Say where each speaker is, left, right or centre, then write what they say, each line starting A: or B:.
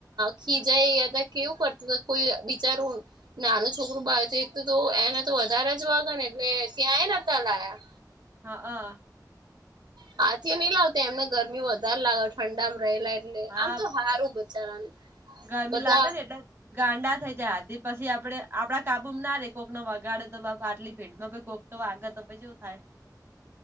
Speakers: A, on the right (about 80°); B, on the right (about 30°).
A: ખીજાયયા હતા કેવું કરત કોઈ બિચારું નાનું છોકરું બાર જઈ તો એને તો વધારે જ વાગેને એટલે ત્યાંએ નતા લાયા.
B: હા આ
A: હાથીઓ નઈ લાવતાં એમને ગરમી વધારે લાગે ઠંડામાં રહેલા એ એટલે
B: હા
A: આમ તો હિરું બચારાનું
B: ગરમી
A: બધાં
B: લાગે ને એટલે ગાંડા થઈ જાય હાથી પછી આપડે આપડા કાબુમાં ના રે કોકનો વગાડે તો બાપા આટલી ભીડમાં કોક તો વાગે તો પછી ચેવું થાય.